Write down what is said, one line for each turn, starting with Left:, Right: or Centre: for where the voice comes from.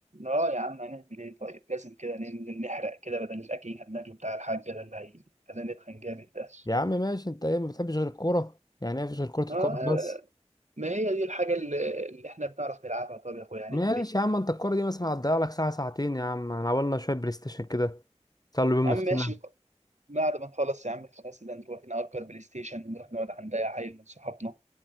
Right: اه يا عم هنعمل ايه طيب لازم كده ننزل نحرق كده بدل الاكل اللي هناكله بتاع الحاج ده اللي هيخلينا نتخن جامد ده
Left: يا عم ماشي انت ايه ما بتحبش غير الكورة يعني ايه مفيش غير كرة
Right: اه
Left: القدم بس
Right: ما هي دي الحاجة اللي, اللي احنا بنعرف نلعبها طب يا اخويا هنعمل
Left: ماشي
Right: ايه
Left: يا عم انت الكورة دي مثلا هتضيع لك ساعة ساعتين يا عم انا عملنا شوية بلاي ستيشن كده نسلوا بيهم
Right: يا
Left: نفسنا
Right: عم ماشي بعد ما نخلص يا عم خلاص ده نروح نأجر بلاي ستيشن ونروح نقعد عند اي عيل من صحابنا